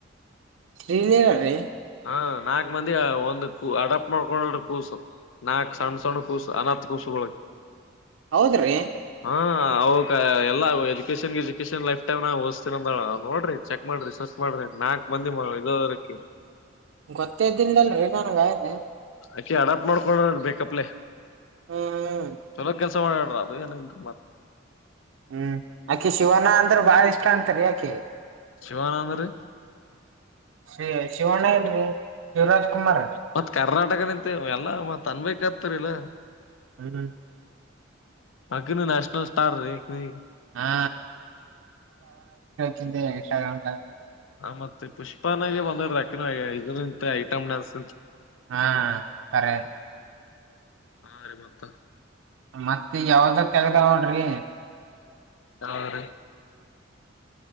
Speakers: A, on the right; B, on the left.
A: ಶೀ ಲಿಲಾ ರೀ
B: ಹಾ ನಾಕ್ ಮಂದಿ ಒಂದು ಅಡಪ್ ಮಾಡ್ಕೊಂಡ ಕೂಸು ನಾಕ್ ಸಣ್ಣ ಸಣ್ಣ ಕೂಸು ಅನಾಥ ಕೂಸುಗೋಳಿಗಿ.
A: ಹೌದ್ರಿ
B: ಹಾ ಅವಕ ಎಲ್ಲ ಎಜುಕೇಶನ್ ಗಿಜುಕೇೇಶನ್ ಲೈಫ್ ಟೈಮ್ ನ ಓದಿಸ್ತೀನಿ ಅಂದಳ ನೋಡ್ರಿ ಚೆಕ್ ಮಾಡ್ರಿ ಸರ್ಚ್ ಮಾಡ್ರಿ ನಾಲ್ಕ್ ಮಂದಿ ಇದ ಅದಾಳಕಿ.
A: ಗೊತ್ತೇದಿಲ್ಲಲ್ರರಿ ನನ್ಗನೆ ಇನ್
B: ಆಕಿ ಹಡಪ್ ಮಾಡ್ಕೊಂಡಳ ಬೇಕಪ್ಲೆೇ
A: ಹ್ಮ್
B: ಚಲೋ ಕೆಲಸ ಸ ಮಾಡಳ ಅದು ಏನ ಅಂದ್ರೆ ಮತ್ತೆ
A: ಹ್ಮ್ ಆಕಿ ಶಿವನ ಅಂದ್ರ ಬಾಳ ಇಷ್ಟ ಅಂತರಿ ಆಾಕಿ <inaudible>
B: ಶಿವಾನಂದ್ರಿ
A: ಶ ಶಿವಣಯ ರ ರೀ ಶಿವರಾಜ್ ಕುಮಾರ್
B: ಮತ್ ಕರ್ನಾಟಕ ನಿಂತ ಎಲ್ಲ ಮತ್ ಅನ್ಬೇಕತರಿಲ್ಲ
A: ಹ್ಮ
B: ಹಕಿನು ನ್ಯಾಷನಲ್ ಸ್ಟಾರ್ ರ ನೀ
A: ಹಾ ಇದಿ ಗ್ರಾಮ್ ದಾಗ
B: ಹ ಮತ್ತೆ ಪುಷ್ಪನಾಗೆ ಒಂದಾ ಐಟಮ್ ಡಾನ್ಸ್
A: ಹಾ ಕರೆ
B: ಹಾ ರಿ ಮತ್ತ
A: ಮತ್ತ ಯಾವ್ದ ತೆಗದಳ್ ಹೋಡ್ರಿ
B: ಸಾವ್ರ